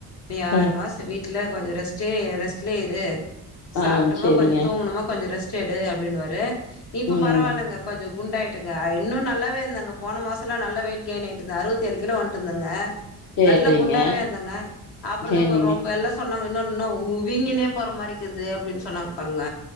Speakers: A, on the left; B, on the left.
A: நீ ஆறு
B: ஆ
A: மாசோ வீட் ட்ல கொஞ்சோ ரெஸ்டே ரெஸ்ட்லே இரு சாப்ட்டமோ
B: ஆ சேரிங்க
A: கொஞ்சோ தூங்ணோமா கொஞ்சோ ரெஸ் ச்சேடு அப்டினுவாரு இப்ப
B: ம்
A: பரவால்லங்க கொஞ்சோ குண்டாயிட்டங்க அ இன்னு நல்லாவேந்தாங்க போன மாசோல்ல நல்ல வெயிட் கெயின் ஆய்ட்டுதா அறுவத்தி ஏழு கிலோ வன்ட்டுந்தங்க நல்ல
B: சரிங்க
A: குண்டாவேருந்தாங்க அப்றோ
B: சேரிங்க
A: தா கொ ரொம் எல்லாஸ் சொன்னாங்க இன்னொன்னா ஊ வீங்கினே போற மாரிக்குது அப்டினு சொன்னாங்க பாருங்க